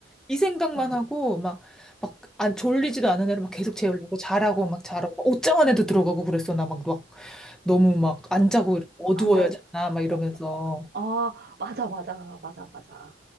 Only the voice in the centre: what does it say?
이 생각만
하고 막 막 안 졸리지도 않은 애를 막 계속 재우려고 자라고 막 자라고 막 옷장 안에도 들어가고 그랬어. 나 막 막 너무 막 안 자고 이렇게 어두워야
자나 막 이러면서.